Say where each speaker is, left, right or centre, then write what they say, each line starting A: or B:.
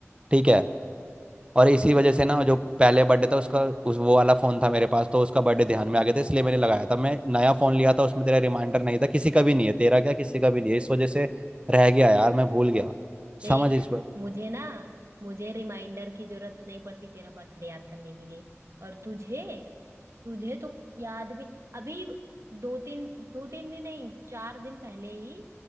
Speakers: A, on the right; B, on the right.
A: ठीक है और इसी वजह
B: हाँ।
A: से ना जो पहले बर्थडे था उसका उस वो वाला फोन था मेरे पास तो उसका बर्थडे ध्यान में आ गया था इसलिए मैंने लगाया था मैं नया फोन लिया था उसमें तेरा रिमाइंडर नहीं था किसी का भी नहीं है तेरा क्या किसी का भी नहीं है इस वजह से रह गया यार मैं भूल गया
B: देख
A: समझ इस पर
B: मुझे ना मुझे रिमाइंडर की जरूरत नहीं पड़ती तेरा बर्थडे याद करने के लिए और तुझे तुझे तो याद भी अभी दो तीन दो तीन दिन नहीं चार दिन पहले ही